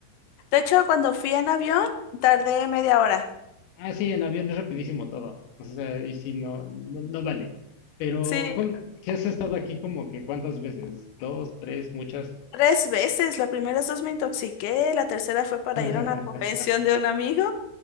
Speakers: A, on the left; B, on the left.
A: hecho, cuando fui en avión, tardé media hora.
B: Ah, sí, en avión es rapidísimo todo. O sea, y si no, no, no vale. Pero,
A: Sí,
B: ¿cuán- si has estado aquí como que cuántas veces? ¿Dos, tres, muchas?
A: Tres veces, las primeras dos me intoxiqué, la tercera fue para
B: <laughs>
A: ir a una convención de un amigo.